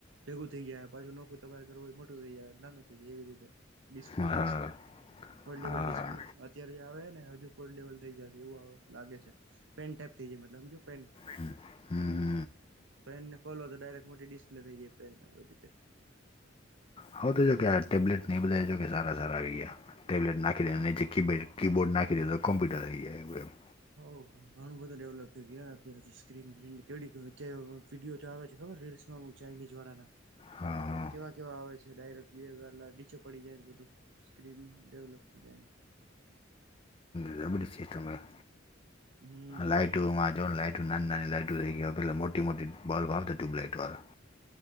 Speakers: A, on the right; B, on the left.
A: ભેગું થઈ જાય પાછું નોખું તમારે કરવું એમાં. તો યાર નાનો થઈ ગયો એવી રીતે ડિસ્પ્લે
B: હા
A: પણ, હોલ્ડેબલ
B: હા
A: ડિસ્પ્લે. અત્યારે જે આવે ને હજુ ફોલ્ડેબલ થઈ જાય એવું આવે લાગે છે, પેન ટાઈપ થઈ જાય મતલબ હમજ્યો પેન.
B: પેન હમમ.
A: પેનને ખોલો તો ડાયરેક્ટ મોટી ડિસ્પ્લે થઈ જાય પેન આવી રીતે.
B: હવે તો જો કે ટેબલેટને એ બધા સારા સારા આવી ગયા, ટેબ્લેટ નાખી દેવાનું
A: હા
B: નીચિક કીપેડ કી બોર્ડ નાખી દઈએ તો કમપ્યુટર થઈ જાય એવું એમ.
A: હો ઘણું બધું ડેવલપ થઈ ગયું અત્યારે તો સ્ક્રીન પ્રિન્ટ કેવી વિડીયો જે આવે છે. ખબર રીલ્સમાં ચાઇનીઝ વાળા ના.
B: હા હા.
A: કેવા કેવા આવે છે ડાયરેક્ટ બે ગાદલા નીચે પડી જાય બધું સ્ક્રીન ડેવલપ થઈ જાય ને.
B: બરાબર છે એતો વાત
A: હમ
B: લાઈટ ટ્યુમાં જો લાઈટું નાની નાની લાઈટ થઈ ગયું પેલા મોટી મોટી બલ્બ આવતી ટ્યુબલાઈટ વાળા.